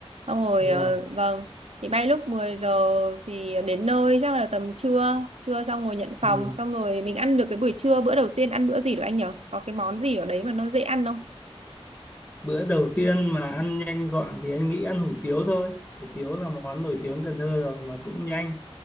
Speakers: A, on the right; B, on the left.
A: Xong rồi
B: đúng
A: ờ,
B: rồi
A: vâng, thì bay lúc 10 giờ thì đến nơi chắc là tầm trưa, trưa xong rồi nhận phòng
B: ừ.
A: xong rồi mình ăn được cái buổi trưa bữa đầu tiên ăn bữa gì được anh nhỉ? Có cái món gì ở đấy mà nó dễ ăn
B: bữa đầu tiên mà ăn nhanh gọn thì anh nghĩ ăn hủ tiếu thôi hủ tiếu là món nổi tiếng Cần Thơ rồi mà cũng nhanh